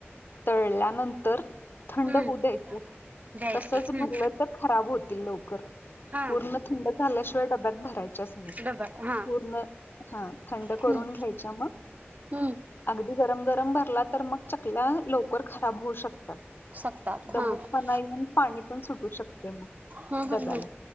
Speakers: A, on the left; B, on the right.
A: तळल्यानंतर थंड
B: हम्म
A: होऊ द्याय...
B: घ्यायची
A: तसच
B: हम्म
A: भरलं तर खराब होतील लवकर
B: हा
A: पूर्ण.. झाल्याशिवा डब्यात भरायचं.. चचनीत
B: डबा हा
A: पुर्ण हा थंड
B: हम्म
A: करून घ्यायच्या मग
B: हम्म
A: अगदी... गरम गरम भरला तर मग चकल्या लवकर खराब होऊ शकतात.
B: सप्तात
A: दमटपणा
B: हा ह
A: येऊन पाणी पण सुटू शकते मग.
B: हम्
A: डब्याला
B: हम्